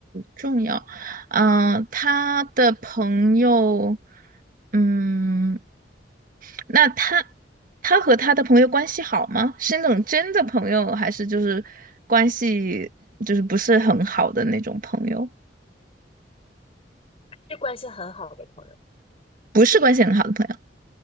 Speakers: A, on the right (about 50°); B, on the left (about 35°).
A: 重要。嗯、他的朋友，嗯，那他他和他的朋友关系好吗？是那种真的朋友，还是就是关系就是不是很好的那种朋友？
B: 是关系很好的朋友，
A: 不是关系很好的朋友。